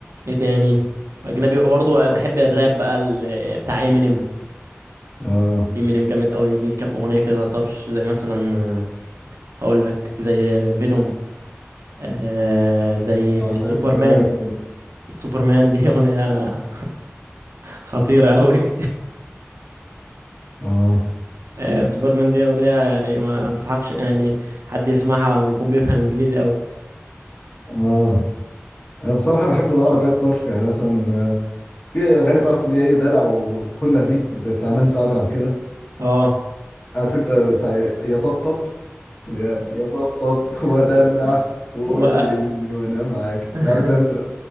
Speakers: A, on the right; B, on the left.
A: ايه تاني اجنبي بقى برضو آه، بحب الراب بقى ال- آه، بتاع امينيم
B: اه
A: امينيم جامد قوي ليه كام اغنيه كده طرش زي مثلا آه، هقول لك زي فينوم آه زي
B: آه،
A: سوبرمان
B: عارف عارف
A: سوبرمان دي <laughs> اغنيه خطيره قوي
B: اه
A: آه سوبرمان دي اغنيه يعني ما انصحكش يعني حد يسمعها بيكون بيفهم انجليزي قوي
B: اه انا بصراحه بحب العربي اكتر يعني مثلا آه، في اغاني تعرف اللي هي ايه دلع وكلها دي زي بتاع نانسي عجرم كده
A: اه
B: عارف انت بتاع يا طبطب يا يا طبطب <laughs> ودلع
A: و...
B: وقول
A: و...
B: لي اني وانا معاك
A: <laughs>
B: عارف انت